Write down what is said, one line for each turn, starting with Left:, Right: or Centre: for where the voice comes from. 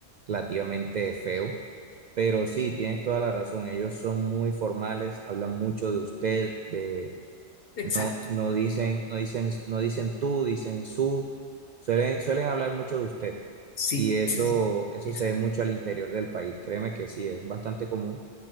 Right: relativamente feo. Pero sí, tienes toda la razón. Ellos son muy formales, hablan mucho de usted, de
Left: Exacto.
Right: no, no dicen, no dicen, no dicen tú, dicen su. Suelen, suelen hablar mucho de usted.
Left: Sí,
Right: Y eso,
Left: sí,
Right: eso
Left: exacto.
Right: se ve mucho al interior del país. Créeme que sí, es bastante común